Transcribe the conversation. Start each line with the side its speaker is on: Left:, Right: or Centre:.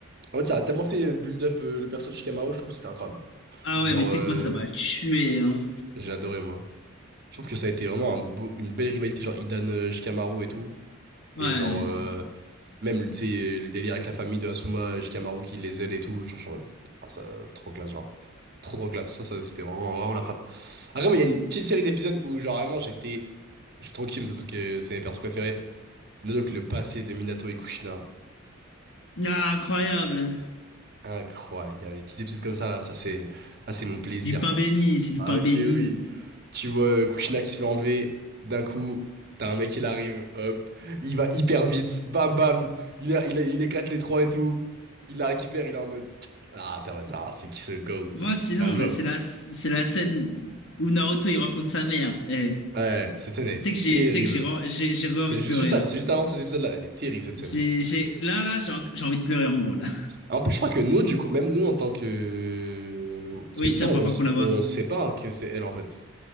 Right: En fait, ça a tellement fait euh, build up euh, le perso de Shikamaru, je trouve que c'était incroyable.
Left: Ah
Right: Genre,
Left: ouais, mais tu
Right: euh,
Left: sais que moi, ça m'a tué, hein.
Right: j'ai adoré, moi. Je trouve que ça a été vraiment un beau- une belle rivalité, genre Idan euh, Shikamaru et tout.
Left: Ouais.
Right: Et genre, euh, Même, tu sais, euh, le délire avec la famille de Asuma, Shikamaru qui les aide et tout, genre, je suis en mode, ah, ça, trop classe, genre. Trop, trop classe. Ça, ça, c'était vraiment, vraiment la frappe. Après, mais il y a une petite série d'épisodes où, genre, vraiment, j'étais. Je suis trop kiffé, c'est parce que c'est mes persos préférés. Nodok, le passé de Minato et Kushina.
Left: Ah, incroyable.
Right: Incroyable. Il y avait des petits épisodes comme ça, là. Ça, c'est. Ah, c'est mon plaisir,
Left: C'est du pain
Right: ça.
Left: béni, c'est du
Right: Ah,
Left: pain
Right: ok,
Left: béni.
Right: oui. Tu vois euh, Kushina qui se fait enlever. D'un coup, t'as un mec, il arrive. Hop. Il va hyper vite. Bam, bam. Il, a- il, a- il éclate les trois et tout. Il la récupère. Il est en mode. Ah, t'es en mode. Non, c'est qui ce GOAT?
Left: Moi,
Right: C'est-
Left: sinon,
Right: Il a un job.
Left: là, c'est la, c'est la scène où Naruto, il rencontre sa mère. Eh,
Right: Ouais, cette scène est
Left: tu sais que j'ai,
Right: terrible.
Left: tu sais que j'ai, re- j'ai, j'ai re-
Right: C'est
Left: envie
Right: ju-
Left: de pleurer,
Right: juste,
Left: là.
Right: c'est juste avant ces épisodes-là. Elle est terrible, cette scène.
Left: J'ai, j'ai, là, là, j'ai, en- j'ai envie de pleurer, en gros, là.
Right: En plus, je crois que nous, du coup, même nous, en tant que euh, spectateurs,
Left: Oui, c'est la
Right: on,
Left: première fois
Right: s-
Left: qu'on la voit.
Right: on sait pas que c'est elle, en fait.